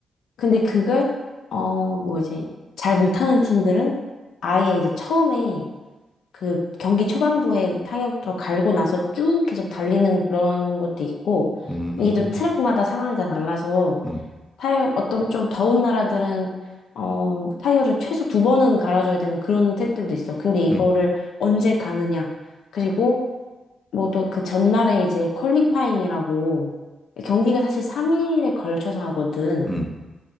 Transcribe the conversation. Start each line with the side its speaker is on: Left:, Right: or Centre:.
Left: 근데 그걸 어 뭐 이제 잘 못하는 팀들은 아예 이제 처음에 그 경기 초반부에 타이어부터 갈고 나서 쭉 계속 달리는 그런 것도 있고
Centre: 음,
Left: 이게 또 트랙마다 상황이 다 달라서
Centre: 음, 음,
Left: 타이어 어떤 좀 더운 나라들은 어 타이어를 최소 두 번은 갈아줘야 되는 그런 트랙들도 있어. 근데 이거를
Centre: 음,
Left: 언제 가느냐 그리고 뭐 또 그 전날에 이제 퀄리파잉이라고 경기가 사실 3일에 걸쳐서 하거든.
Centre: 음,